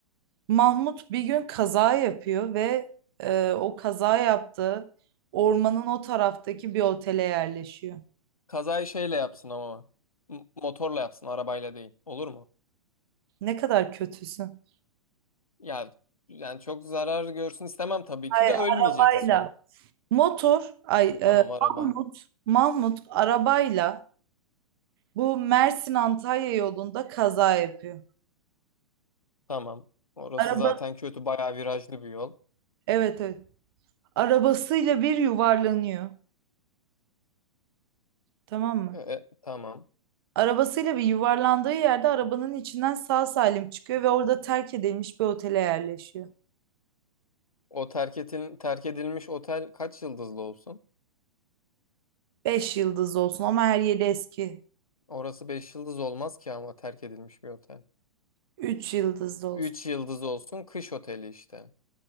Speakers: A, on the right; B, on the left.
A: Mahmut bir gün kaza yapıyor ve e, o kaza yaptığı ormanın o taraftaki bir otele yerleşiyor.
B: Kazayı şeyle yapsın ama. M- Motorla yapsın, arabayla değil. Olur mu?
A: Ne kadar kötüsün.
B: Ya yani çok zarar görsün istemem tabii ki
A: Ay,
B: de ölmeyeceksin
A: arabayla.
B: sonu.
A: Motor, ay e,
B: Tamam araba.
A: Mahmut, Mahmut arabayla bu Mersin-Antalya yolunda kaza yapıyor.
B: Tamam. Orası
A: Arabası
B: zaten kötü, bayağı virajlı bir yol.
A: evet evet. Arabasıyla bir yuvarlanıyor. Tamam mı?
B: E, e, tamam.
A: Arabasıyla bir yuvarlandığı yerde arabanın içinden sağ salim çıkıyor ve orada terk edilmiş bir otele yerleşiyor.
B: O terk etin, terk edilmiş otel kaç yıldızlı olsun?
A: Beş yıldızlı olsun ama her yeri eski.
B: Orası 5 yıldız olmaz ki ama terk edilmiş bir otel.
A: Üç yıldızlı olsun.
B: 3 yıldız olsun, kış oteli işte.